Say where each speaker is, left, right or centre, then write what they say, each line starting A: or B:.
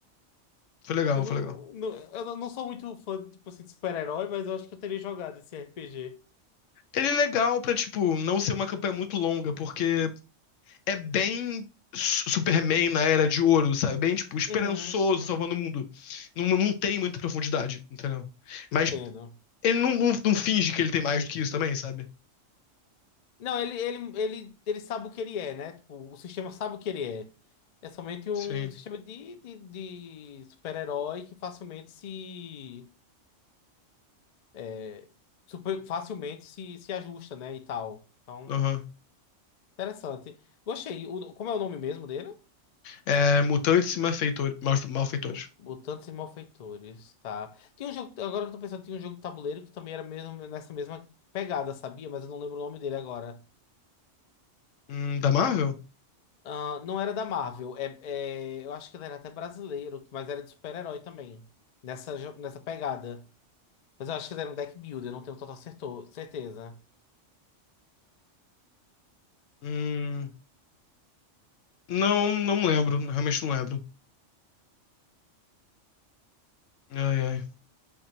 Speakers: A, on the left (about 80°); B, on the left (about 60°).
A: Foi legal,
B: Eu não,
A: foi legal.
B: não- eu não não sou muito fã, tipo assim, de super-herói, mas eu acho que eu teria jogado esse RPG.
A: Ele é legal pra, tipo, não ser uma campanha muito longa, porque é bem Superman na Era de Ouro, sabe? Bem, tipo, esperançoso,
B: Uhum, uhum.
A: salvando o mundo. Não, não tem muita profundidade, entendeu?
B: Entendo.
A: Mas ele não, não- não finge que ele tem mais do que isso também, sabe?
B: Não, ele, ele, ele, ele sabe o que ele é, né? Tipo, o sistema sabe o que ele é. É somente um
A: Sim.
B: sistema de, de, de super-herói que facilmente se. é, super- facilmente se, se ajusta, né? E tal. Então,
A: Aham.
B: interessante. Gostei. O- como é o nome mesmo dele?
A: É, Mutantes e Malfeitor- Mal- Malfeitores.
B: Bo- Mutantes e Malfeitores, tá. Tem um jogo, agora que eu tô pensando, tinha um jogo de tabuleiro que também era mesmo nessa mesma pegada, sabia? Mas eu não lembro o nome dele agora.
A: Hum, da Marvel?
B: Ah, não era da Marvel, é, é- eu acho que ele era até brasileiro, mas era de super-herói também, nessa, jo- nessa pegada. Mas eu acho que ele era um deck builder, eu não tenho total certo- certeza.
A: Hum, não, não lembro. Realmente não lembro. Ai, ai.